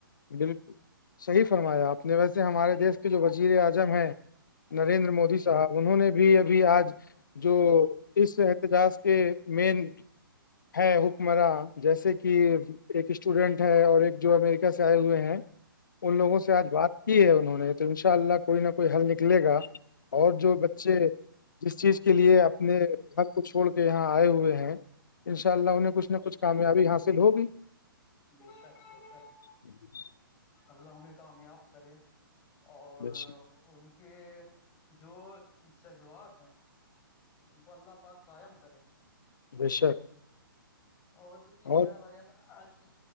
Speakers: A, on the left (about 60°); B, on the left (about 20°).
A: بالکل صحیح فرمایا آپ نے ویسے ہمارے دیس کے جو وزیر اعظم ہیں نریندر مودی صاحب انہوں نے بھی ابھی آج جو اس احتجاج کے مین ہے حکمراں جیسے کہ ایک اسٹوڈینٹ ہے اور ایک جو امریکہ سے آئے ہوئے ہیں ان لوگوں
B: جی
A: سے
B: جی
A: آج بات کی ہے انہوں نے تو ان شاء اللہ کوئی نہ کوئی حل نکلے گا اور جو بچے جس چیز کے لیے اپنے گھر کو چھوڑ کے یہاں آئے ہوئے ہیں انشاء اللہ انہیں کچھ نہ کچھ کامیابی حاصل ہوگی
B: بے شک بے شک
A: ہی <unintelligible>
B: اللہ انہیں کامیاب کرے اور
A: بے شک
B: ان کے جو جذبات ہیں ان کو اللہ پاک قائم کرے
A: ب شک
B: اور دیکھیے کیا
A: اور
B: ہے بھائی جان آج